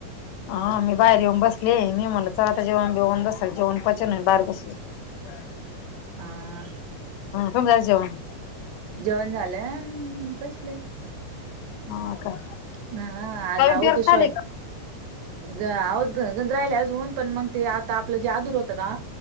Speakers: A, on the left (about 85°); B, on the right (about 80°).
A: हा मी बाहेर येऊन बसली मी म्हलं चला आता जेव्हा बेऊन बस जेवण पचन बाहेर बसू ह
B: हा
A: कमदार जेवण
B: जेवण झालं बसले
A: ह का
B: <inaudible>
A: नवीन पेरता आले का
B: राहिले अजून पण मग ते आता आपलं जे आदूर होतं का